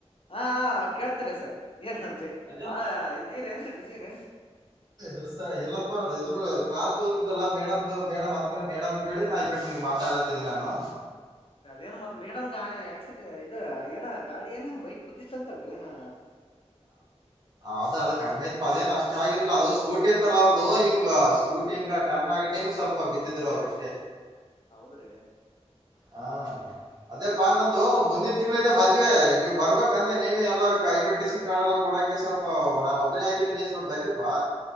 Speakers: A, on the left; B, on the right.
A: ಹಾ ಕೇಳ್ತಾರೆ ಸರ್ ಏನ್
B: ಅದೇ
A: ಬಾಳ ಇದೀರೇನ್ ರೀ ಬಿಜಿರೇನ್ ರೀ
B: ಎಲ್ಸ ಎಲ್ಲಪ್ಪಾ ಇದ ಕ್ಲಾಸ್ ಇತೋತ್ತಲ್ಲಾ ಮೇಡಮ್ದು ಮೇಡಮ್ ಅದ್ ಮೇಡಮ್ ಹೇಳಿ ನಾ ಈ ಕಡೆ ನಿಮ್ ಮಾತಾಡಾತಿದ್ದೆ ನಾನು
A: ಅದ್ರೆ ಅದೇನ ಮತ್ತ್ ಮೇಡಮ್ಗ ಆಕ್ಸಿಡೆ ಇದ ಏನ ಗಾಡಿ ಏನ ಬೈಕ್ ಗುದ್ದಿತಂತ್ ಅಲ್ರೀ ಏನೋ
B: ಅದ ಅದು ಕಮ್ಮಿ ಐತ್ ಪ ಅದೇನಷ್ಟು ಚನ್ನಾಗಿದ್ದಿಲ್ಲ ಅದು ಸ್ಕೂಟಿ ಇತ್ತಲ್ಲ ಅವ್ರ್ದು ಹಿಂಗ್ ಸ್ಕೂಟಿ ಇಂಗ್ ಟರ್ನ್ ಆಗೋ ಟೈಮ್ ಸ್ವಲ್ಪ ಬಿದ್ದಿದ್ರು ಅವ್ರುಷ್ಟೇ
A: ಹೌದ್ರೀ
B: ಹಾ ಅದೇಪ್ಪ ನಮ್ಮದು ಮುಂದಿನ್ ತಿಂಗಳಿದೆ ಮದ್ವೆ ನೀವು ಬರ್ಬೇಕಂದೆ ನೀವೆ ಎಲ್ಲಾ ಇನ್ವಿಟೇಷನ್ ಕಾರ್ಡ್ ಎಲ್ಲಾ ಕೊಡಕೆ ಸ್ವಲ್ಪ ನಾ ಒಬ್ಬನೇ ಆಗಿ ದ್ದೀನಿ ಸ್ವಲ್ಪ ಬರ್ರಿಪಾ